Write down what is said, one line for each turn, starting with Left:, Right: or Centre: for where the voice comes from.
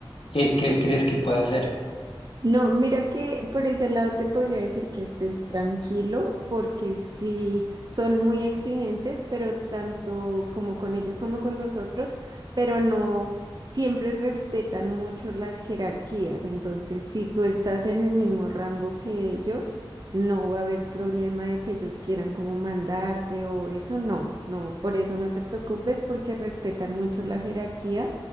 Left: ¿Qué, qué crees que puede hacer?
Right: No, mira que por ese lado te podría decir que estés tranquilo, porque sí son muy exigentes, pero tanto como con ellos como con los otros, pero no siempre respetan mucho las jerarquías. Entonces, si tú estás en el mismo rango que ellos, no va a haber problema de que ellos quieran como mandarte o eso, no. No, por eso no te preocupes porque respetan mucho la jerarquía